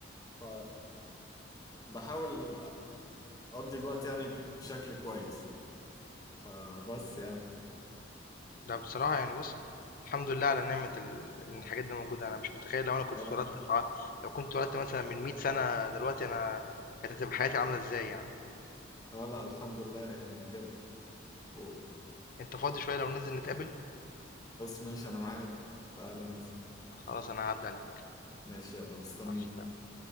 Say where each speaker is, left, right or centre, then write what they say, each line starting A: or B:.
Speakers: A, on the left; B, on the left.
A: ف بحاول اقضي الوقت يعني بشكل كويس فبس يعني
B: لأ بصراحة يعني بُص، الحمد لله على نعمة ال إن الحاجات دي موجودة، أنا مش متخيّل لو أنا كنت
A: اه
B: اتولدت في ع لو كنت اتولدت مثلًا من 100 سَنة دلوقتي أنا كانت هتبقى حياتي عاملة إزاي يعني.
A: اه لا الحمد لله يعني بجد وخلاص
B: أنت فاضي شوية لو ننزل نتقابل؟
A: ماشي انا معاك تعال ننسى
B: خلاص أنا هاعدّي عليك،
A: ماشي يلا مستنيك
B: مع السلامة.